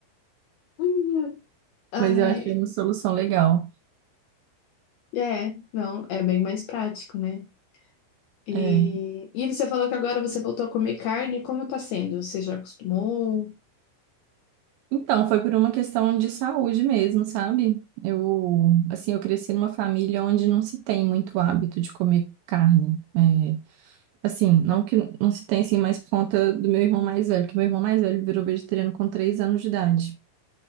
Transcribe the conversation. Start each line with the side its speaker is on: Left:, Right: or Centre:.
Left: <laughs> Ai,
Right: mas eu achei uma solução legal.
Left: é, não, é bem mais prático, né? E,
Right: É.
Left: e você falou que agora você voltou a comer carne, como tá sendo? Você já acostumou?
Right: Então, foi por uma questão de saúde mesmo, sabe? Eu, assim, eu cresci numa família onde não se tem muito hábito de comer carne. É, Assim, não que não se tem assim mais por conta do meu irmão mais velho, que meu irmão mais velho virou vegetariano com três anos de idade.